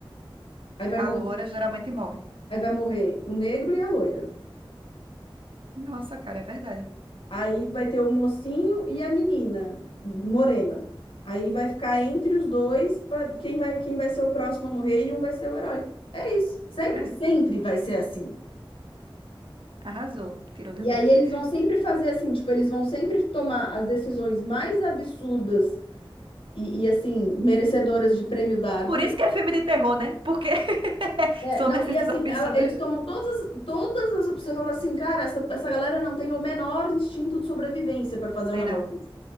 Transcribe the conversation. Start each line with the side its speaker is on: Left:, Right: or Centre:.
Left: Aí vai
Right: A
Left: morrer,
Right: loura geralmente morre.
Left: aí vai morrer o negro e a loira.
Right: Nossa, cara, é verdade.
Left: Aí vai ter o mocinho e a menina morena. Aí vai ficar entre os dois pra quem vai quem vai ser o próximo a morrer e um vai ser o herói. É isso. Sempre,
Right: É
Left: sempre
Right: isso.
Left: vai ser assim.
Right: Arrasou. Tirou de
Left: E
Right: letra.
Left: aí eles vão sempre fazer assim, tipo, eles vão sempre tomar as decisões mais absurdas E, e, assim, merecedoras de prêmio Darwin.
Right: Por isso que é filme de terror, né? Porque <laughs>
Left: É,
Right: são
Left: não,
Right: decisões
Left: e assim,
Right: absurdas.
Left: ela- eles tomam todas, as- todas as opções. Você fala assim, cara, essa, essa galera não tem o menor instinto de sobrevivência para fazer
Right: Tem
Left: um negócio
Right: não.
Left: desse.